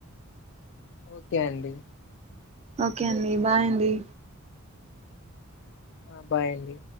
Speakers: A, on the left; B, on the right.
A: ఒకే అండి
B: ఓకే అండి బాయండి
A: ఆ బాయండి